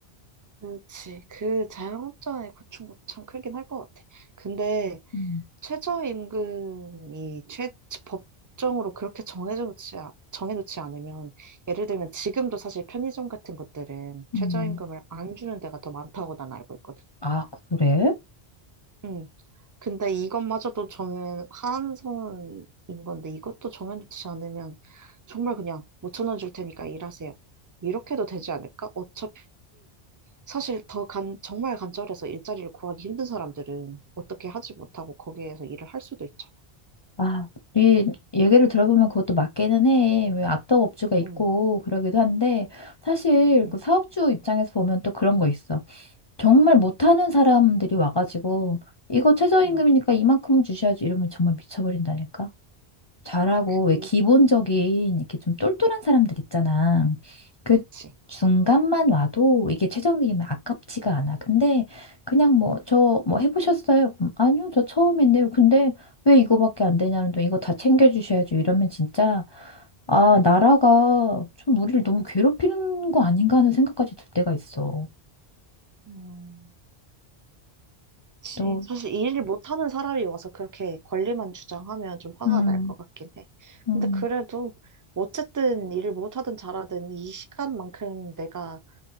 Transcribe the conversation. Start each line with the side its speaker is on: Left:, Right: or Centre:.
Right: 그렇지. 그 자영업자의 고충도 참 크긴 할 것 같아. 근데
Left: 음,
Right: 최저임금이 최 법정으로 그렇게 정해놓지 아- 정해놓지 않으면 예를 들면 지금도 사실 편의점 같은 것들은 최저임금을
Left: 음.
Right: 안 주는 데가 더 많다고 난 알고 있거든.
Left: 아, 그래?
Right: 응. 근데 이것마저도 정해, 한선인 건데 이것도 정해놓지 않으면 정말 그냥 5천 원 줄 테니까 일하세요. 이렇게도 되지 않을까? 어차피 사실 더 간, 정말 간절해서 일자리를 구하기 힘든 사람들은 어떻게 하지 못하고 거기에서 일을 할 수도 있잖아.
Left: 아, 네 얘기를 들어보면 그것도 맞기는 해. 왜 악덕업주가 있고
Right: 응,
Left: 그러기도 한데 사실
Right: 응,
Left: 그 사업주 입장에서 보면 또 그런 거 있어. 정말 못하는 사람들이 와가지고 이거 최저임금이니까
Right: 응.
Left: 이만큼 주셔야지 이러면 정말 미쳐버린다니까. 잘하고
Right: 그치,
Left: 왜 기본적인 이렇게 좀 똘똘한 사람들 있잖아. 그
Right: 그치.
Left: 중간만 와도 이게 최종이면 아깝지가 않아. 근데 그냥 뭐 저 뭐 해보셨어요? 그럼 아니요, 저 처음인데요. 근데 왜 이거밖에 안 되냐는 또 이거 다 챙겨주셔야죠. 이러면 진짜 아 나라가 좀 우리를 너무 괴롭히는 거 아닌가 하는 생각까지 들 때가 있어.
Right: 음. 그치.
Left: 또
Right: 사실 이 일을 못하는 사람이 와서 그렇게 권리만 주장하면 좀 화가
Left: 음,
Right: 날 것 같긴 해.
Left: 음,
Right: 근데 그래도 어쨌든 일을 못하든 잘하든 이 시간만큼 내가